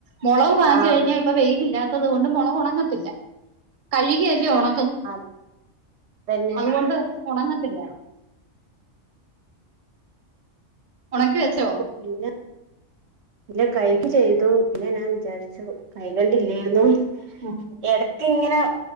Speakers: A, on the right; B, on the right.
A: മൊളക് വാങ്ങിച്ചു
B: ആ
A: കഴിഞ്ഞാൽ ഇപ്പൊ വെയി ല്‌ല്ലാത്തത് കൊണ്ട് മൊളക് ഉണങ്ങത്തില്ല കഴുകി അല്ല്യോ ഒണ
B: അ തന്നെ
A: അതുകൊണ്ട് ഉണങ്ങത്തില്ല ഉണക്കി വെച്ചോ
B: നോക്കില്ല ഇല്ല കൈ പ്പോ ചെയ്തു പിന്നെ ഞാൻ വിചാരിച്ചു കയി കണ്ടില്ലായിരുന്നു
A: ഉം
B: ഇടക്കിങ്ങനെ